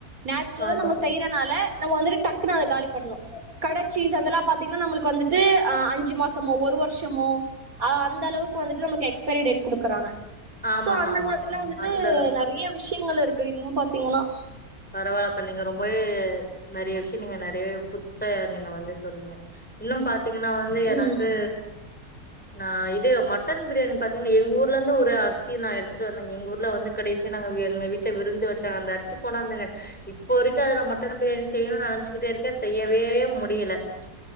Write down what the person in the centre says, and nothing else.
ஆமா
ஆமா
ஆமா
ஆமா
அந்த அளவுக்கு
பரவால்லப்ப நீங்க ரொம்பவே நெறய விஷ்ய நீங்க நெறய புதுசா நீங்க வந்து சொன்னிங்க இன்னு பாத் திங்ன்னா வந்து
எனக்கு நா இப் இது மட்டன் பிரியாணி பாத்தீங்னா எங்க ஊர் ஊர்லந்து ஒரு அரிசி நா எடுத்துட்டு வந்தங்க எங்க ஊர்ல வந்து கடைசிய நாங்க எங்க வீட்ல விருந்து வச்சாங்க அந்த அரிசிக் கொண்டாந்தங்க இப்ப வரிக்கும் அதுல மட்டன் பிரியாணி செய்யணுனு நெனச் நெனச்சுகிட்டே இருக்க செய்யவே முடில ச்சு